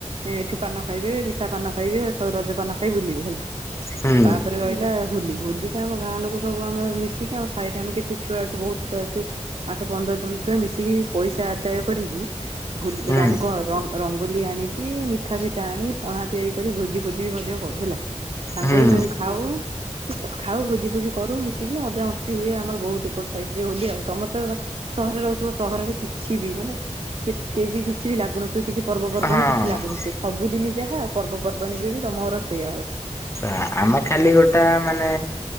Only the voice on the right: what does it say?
ଏଠୁ ପାନ ଖାଇବେ ମିଠା ପାନ ଖାଇବେ ରଜ ପାନ ଖାଇ ବୁଲିବେ ହେଲା।
ତାପରେ ରହିଲା ହୋଲି ହୋଲି ଟା ଆମ ଗାଁ ଲୋକ ସବୁ ଆମେ ମିଶିକି ଆମ ସାହିରେ ଆମେ କେତେ ଛୁଆ ଅଛୁ ବହୁତ୍ ଛୁଆ ଅଛୁ ଆଠ ପନ୍ଦର ଜଣ ଛୁଆ ମିଶିକି ପଇସା ଆଦାୟ କରିକି ଭ
ରଙ୍ଗ ରଙ୍ଗୋଲି ଆଣିକି ମିଠା ଫିଠା ଆଣି ପଣା ତିଆରି କରି ଭୋଜି ଫୋଜି ବି ମଧ୍ୟ କରୁ ହେଲା, ସାଙ୍ଗ
ହେଇ ସବୁ ଖାଉଁ। ଖାଉ ଭୋଜି ଫୋଜି କରୁ ମିଶିକି ମଜାମସ୍ତି ହୁଏ ଆମର ବହୁତ୍ ଏପଟ୍ ସାଇଟ୍ ରେ ହୋଲି ଆଉ ତମେ ତ ସହରରେ ରହୁଥିବ ସହରରେ କିଛି ବି ମାନେ କେତ୍ କେବେ ବି କିଛି ବି ଲାଗୁନଥିବ କିଛି ପର୍ବପର୍ବାଣି
କିଛି ଲାଗୁନଥିବ ସବୁଦିନ ଯାହା ପର୍ବ ପର୍ବାଣୀ ରେ ବି ତମର ସେଇଆ।